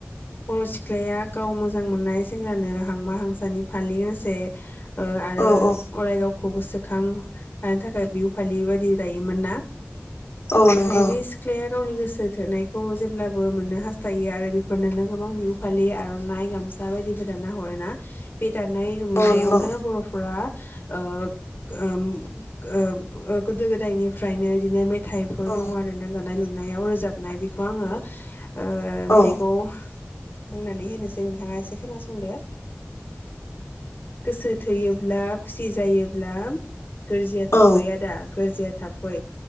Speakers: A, on the left; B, on the left.
A: बर' सिख्लाया गाव मोजां मोननाय सेंग्रानो हांमा हांसानि फालि गांसे ओ आरो
B: औ औ
A: अराय गाव खौ गोसोखां हानो थाखाय बिहु फालि बायदि दायोमोन ना
B: औ
A: ओमफाय
B: नंगौ
A: बे सिख्लाया गावनि गोसो थोनायखौ जे अब्लाबो मोननो हास्थायो आरो बे नोनो गोबां बिहु फालि आर'नाइ गामसा बायदिफोर दाना हरो ना बे दानाय लुनायावनो
B: औ नंगौ
A: बर'फोरा ओ ओम ओम गोदो गोदायनिफ्रायनो बिदिनो मे थायफोर
B: औ
A: दङ आरो ना जानाय लोंनाय नायाव रोजाबनाय बेखौ आङो ओ
B: औ
A: मेथाइखौ बुंनानै होनोसै नोंथाङा एसे खोनासंदो गोसो थैयोब्ला खुसि जायोब्ला गोरजिया थाफै
B: औ
A: आदा गोरिजया थाफ गय